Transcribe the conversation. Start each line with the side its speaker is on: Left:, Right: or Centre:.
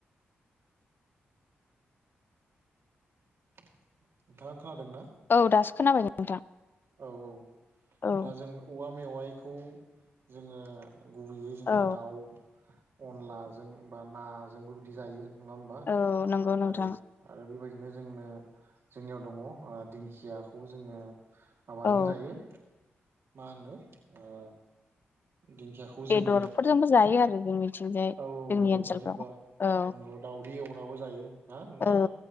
Right: नोंथाङा खोनादोंना?
Left: औ दासो खोनाबाय नोंथां
Right: औ औ
Left: औ
Right: दा जों औवा मेवाइखौ जोङो गुबैयै जोङो
Left: औ
Right: दाउ अनलाजों बा नाजोंबो बिदि जायो। नङा होमबा
Left: औ नंगौ नोंथां
Right: आरो आरो बेबायदि दिनो जोंनो जोंनियाव दङ ओ दिंखियाखौ जोङो माबाजों
Left: औ
Right: जायो मा होनो ओ दिंखियाखौ
Left: बेदरफोरजोंबो
Right: जोङो
Left: जायो आरो जोंनिथिंजाय
Right: औ औ
Left: जोंनि
Right: बेदरफोरजोंबा
Left: ओनसोलफ्राव औ
Right: नंगौ दाउदै एवनाबो जायो ना नोंथां।
Left: औ